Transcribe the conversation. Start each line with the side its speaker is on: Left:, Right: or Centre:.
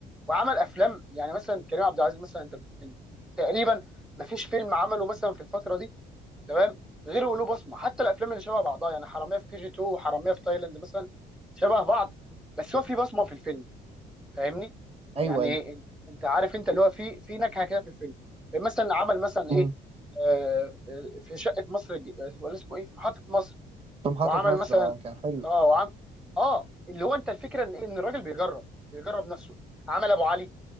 Centre: وعمل افلام يعني مثلا كريم عبد العزيز مثلا انت أنت تقريبا ما فيش فيلم عمله مثلا في الفتره دي تمام غير وله بصمه حتى الافلام اللي شبه بعضها يعني حراميه في كي جي 2 وحراميه في تايلاند مثلا شبه بعض بس هو في بصمه في الفيلم فاهمني
Right: ايوه
Centre: يعني
Right: ايوه
Centre: أن- انت عارف انت اللي هو في في نكهه كده في الفيلم مثلا عمل مثلا ايه
Right: أمم.
Centre: آه، آه، في شقه مصر الج- ولا اسمه ايه في محطه مصر
Right: في محطة
Centre: وعمل
Right: مصر
Centre: مثلا
Right: اه كان حلو
Centre: اه وعم اه اللي هو انت الفكره ان ان الراجل بيجرب بيجرب نفسه عمل ابو علي